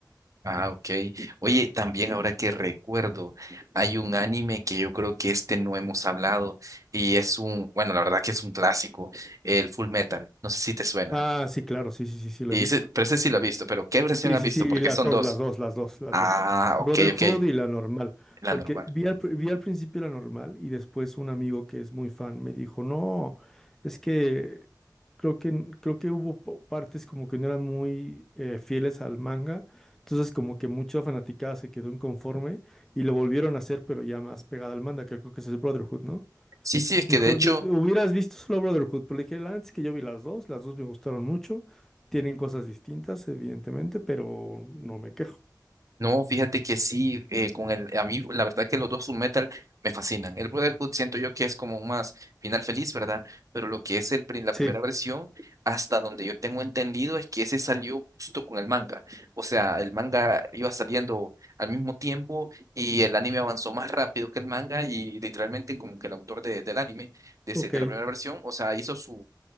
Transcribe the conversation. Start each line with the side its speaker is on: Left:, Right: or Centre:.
Right: Ah, ok. Oye, también ahora que recuerdo, hay un anime que yo creo que este no hemos hablado y es un, bueno, la verdad que es un clásico, el Full Metal. No sé si te suena.
Centre: Ah, sí, claro, sí, sí, sí, sí, la
Right: Y
Centre: he visto.
Right: ese- pero ese sí lo he visto, pero ¿qué versión
Centre: Sí,
Right: has
Centre: sí,
Right: visto?
Centre: sí, y
Right: Porque
Centre: las
Right: son
Centre: dos,
Right: dos.
Centre: las dos, las dos, las
Right: Ah,
Centre: dos. Brotherhood
Right: ok, ok,
Centre: y la normal.
Right: la
Centre: Porque
Right: normal.
Centre: vi al, pr- vi al principio la normal y después un amigo que es muy fan me dijo, no, es que creo que, creo que hubo po- partes como que no eran muy eh, fieles al manga. Entonces como que mucha fanaticada se quedó inconforme y lo volvieron a hacer, pero ya más pegada al manga, que creo que ese es Brotherhood, ¿no?
Right: Sí, sí, es que
Centre: Hijo,
Right: de hecho...
Centre: de- de- hubieras visto solo Brotherhood, pero le dije, antes que yo vi las dos, las dos me gustaron mucho, tienen cosas distintas, evidentemente, pero no me quejo.
Right: No, fíjate que sí, eh, con el, a mí la verdad que los dos Full Metal me fascinan. El Brotherhood siento yo que es como un más final feliz, ¿verdad? Pero lo que es el, pri- la
Centre: Sí,
Right: primera versión, hasta donde yo tengo entendido, es que ese salió justo con el manga. O sea, el manga iba saliendo al mismo tiempo y el anime avanzó más rápido que el manga y literalmente como que el autor de- del anime, de, ese-
Centre: ok,
Right: de la primera versión, o sea, hizo su,